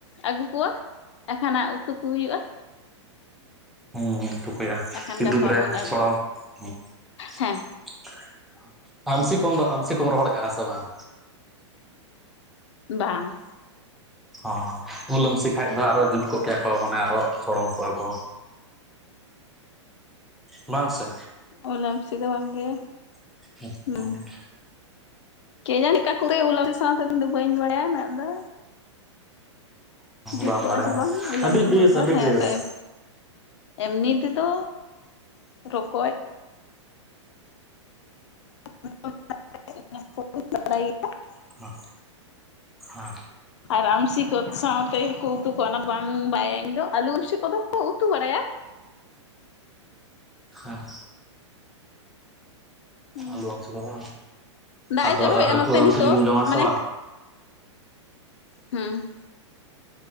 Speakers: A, on the left; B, in the centre.
A: ᱟᱹᱜᱩ ᱠᱚᱣᱟ ᱮᱠᱷᱟᱱᱟᱜ ᱩᱛᱩ ᱠᱚ ᱦᱩᱭᱩᱜᱼᱟ ᱾
B: ᱦᱩᱸ ᱛᱩᱩ ᱠᱚᱭᱟ
A: ᱮᱠᱷᱟᱱ
B: ᱠᱤᱫᱩᱵ
A: ᱜᱟᱯᱟ
B: ᱨᱮ
A: ᱵᱚᱱ
B: ᱥᱚᱲᱚᱢ <inaudible>
A: ᱦᱮᱸ
B: <inaudible> ᱟᱢᱥᱤ ᱠᱚᱢ ᱫᱚ ᱟᱢᱥᱤ ᱠᱚᱢ ᱨᱚᱦᱚᱲ ᱠᱟᱜᱼᱟ ᱥᱮ ᱵᱟᱝ-ᱟ?
A: ᱵᱟᱝ,
B: ᱦᱚᱸ ᱩᱞ ᱟᱢᱥᱤ ᱠᱷᱟᱡ ᱫᱚ ᱟᱨᱚ ᱡᱩᱛ ᱠᱚᱜ ᱠᱮᱭᱟ ᱠᱚ ᱢᱟᱱᱮ ᱟᱨᱚ ᱥᱚᱲᱚᱢ ᱠᱚᱜᱼᱟ ᱠᱚ᱾ ᱞᱟᱝ ᱥᱮ,
A: ᱩᱞ ᱟᱢᱥᱤ ᱫᱚ ᱵᱟᱝᱜᱮ
B: <inaudible>
A: ᱦᱩᱸ ᱠᱮ ᱡᱟᱱᱤᱡ ᱮᱠᱟ ᱠᱚᱛᱮ ᱩᱞ ᱟᱴᱤ ᱥᱟᱣ ᱛᱮᱫᱚ ᱤᱧ ᱫᱚ ᱵᱟᱹᱧ ᱵᱟᱲᱟᱭᱟ ᱩᱱᱟᱹᱜ ᱫᱚ᱾ ᱡᱩᱛ
B: ᱵᱟᱢ
A: ᱠᱚᱜ-ᱟ
B: ᱵᱟᱲᱟᱭᱟ
A: ᱥᱮ ᱵᱟᱝ ᱩᱞ
B: ᱟᱹᱰᱤ
A: ᱟᱢᱥᱤ
B: ᱵᱮᱥ
A: ᱥᱟᱣ ᱫᱚ
B: ᱟᱹᱰᱤ
A: ᱦᱮᱸ
B: ᱵᱮᱥ
A: ᱛᱟᱭᱚᱢ ᱮᱢᱱᱤ ᱛᱮᱫᱚ ᱨᱚᱠᱚᱡ ᱾ <unintelligible> ᱵᱟᱲᱟᱭᱟ ᱜᱮᱭᱟ?
B: ᱚᱸᱜ ᱦᱮᱸ᱾
A: ᱟᱨ ᱟᱢᱥᱤ ᱠᱚ ᱥᱟᱶᱛᱮ ᱠᱚ ᱩᱛᱩ ᱠᱚᱣᱟ ᱚᱱᱟ ᱫᱚ ᱵᱟᱝ ᱵᱟᱭᱟᱭ ᱤᱧ ᱫᱚ ᱟᱹᱞᱩ ᱩᱢᱥᱤ ᱠᱚᱫᱚ ᱠᱚ ᱩᱛᱩ ᱵᱟᱲᱟᱭᱟ?
B: ᱦᱮᱸ᱾
A: ᱦᱩᱸ᱾
B: ᱟᱞᱩ ᱟᱹᱢᱥᱤ ᱠᱚᱫᱚ
A: ᱫᱟᱜ
B: ᱟᱫᱚ
A: ᱮ ᱡᱚᱨᱚᱭᱮᱫᱼᱟ
B: ᱦᱟᱹᱠᱩ
A: ᱱᱚᱛᱮ
B: ᱟᱨ ᱟᱨ
A: ᱱᱤᱛᱚᱜ
B: ᱟᱹᱢᱥᱤ ᱡᱩᱫᱤᱢ ᱡᱚᱢᱟ
A: ᱢᱟᱱᱮ
B: ᱥᱮ ᱵᱟᱝ
A: ᱦᱩᱸ᱾